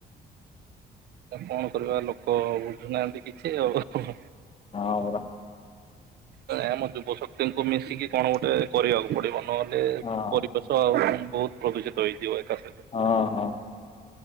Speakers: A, on the right; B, on the left.
A: ଆ କଣ କରିବ ଲୋକ ବୁଝୁନାହାନ୍ତି କିଛି ଆଉ
B: ହଁ ପରା।
A: ନାଇଁ ଆମ ଯୁବଶକ୍ତିଙ୍କୁ ମିଶିକି କଣ ଗୋଟେ କରିବାକୁ ପଡିବ। ନହେଲେ
B: ହଁ
A: ପରିବେଶ ଆଉ ବହୁତ୍ ପ୍ରଦୂଷିତ ହେଇଯିବ ଏକା ସହିତ।
B: ହଁ ହଁ।